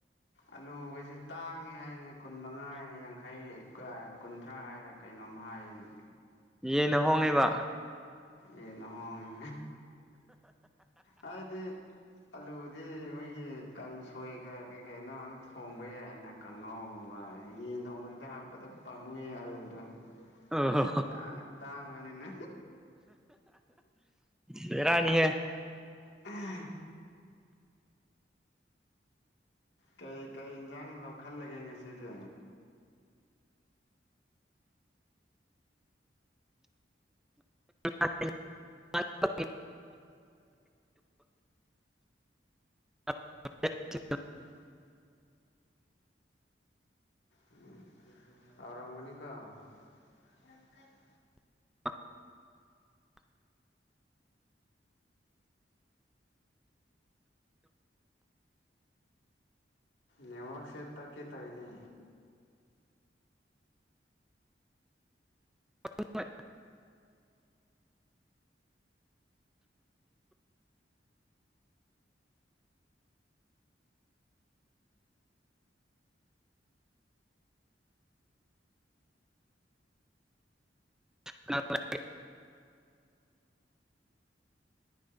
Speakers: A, on the left; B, in the centre.
A: ꯑꯂꯨꯒꯁꯦ ꯇꯥꯡꯉꯦ ꯍꯥꯏꯅꯦ ꯀꯨꯟ ꯃꯉꯥ ꯍꯥꯏ ꯌꯥꯡꯈꯩꯒ ꯀꯨꯟꯊ꯭ꯔꯥ ꯍꯥꯏꯔꯒ ꯀꯩꯅꯣꯝ ꯍꯥꯏꯌꯦꯅꯦ
B: ꯌꯦꯟꯅ ꯍꯣꯡꯉ‌ꯦꯕ
A: ꯌꯦꯟꯅ ꯍꯣꯡꯉꯦ ꯍꯥꯏꯗꯤ ꯑꯂꯨꯗꯤ ꯃꯣꯏꯒꯤ ꯀꯥꯡꯁꯣꯏꯒ ꯀꯩ ꯀꯩꯅꯣꯗ ꯊꯣꯡꯕ ꯌꯥꯏꯅ ꯀꯥꯡꯉꯥꯎꯒꯨꯝꯕ ꯌꯦꯟ ꯊꯣꯡꯕꯗꯗꯤ ꯍꯥꯞꯄꯗꯣ ꯄꯥꯝꯃꯨꯏ ꯑꯥꯂꯨꯗꯣ <unintelligible>
B: ꯑꯣ
A: ꯌꯥꯞ ꯇꯥꯡꯕꯅꯤꯅ
B: ꯕ‌ꯦꯔꯥꯅꯤ ꯍ‌ꯦ
A: ꯑꯥ ꯀꯩ ꯀꯩ ꯏꯟꯖꯥꯡ ꯂꯧꯈꯠꯂꯒꯦ ꯉꯁꯤꯗꯤ
B: <unintelligible> <unintelligible>
A: <unintelligible> ꯎꯝ ꯍꯥꯎꯔꯝꯒꯅꯤꯀꫭ <unintelligible>
B: <inaudible>
A: ꯅꯦꯠꯋꯥꯔꯛꯁꯦ ꯇꯠꯀꯦ ꯇꯧꯋꯤꯅꯦ
B: <unintelligible> <unintelligible>